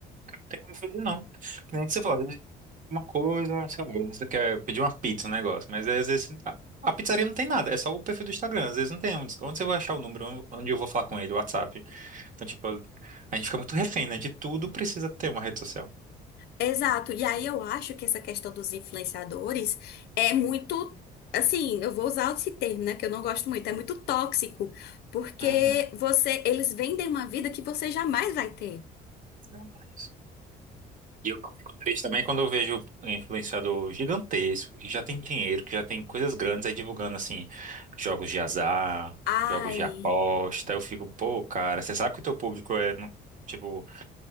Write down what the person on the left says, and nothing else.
Exato. E aí eu acho que essa questão dos influenciadores é muito, assim, eu vou usar esse termo, né, que eu não gosto muito, é muito tóxico, porque
você, eles vendem uma vida que você jamais vai ter.
Ai.